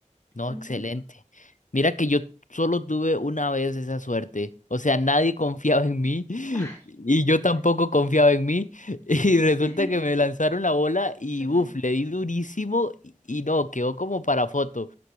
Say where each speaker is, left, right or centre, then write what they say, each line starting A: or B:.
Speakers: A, on the left; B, on the left.
A: no,
B: Ujú.
A: excelente. Mira que yo solo tuve una vez esa suerte. O sea, nadie confiaba en mí <laughs>
B: Ay.
A: y yo tampoco confiaba en mí. <laughs> Y resulta
B: <laughs>
A: que me lanzaron la bola y
B: Ujú.
A: uff, le di durísimo y y no, quedó como para foto.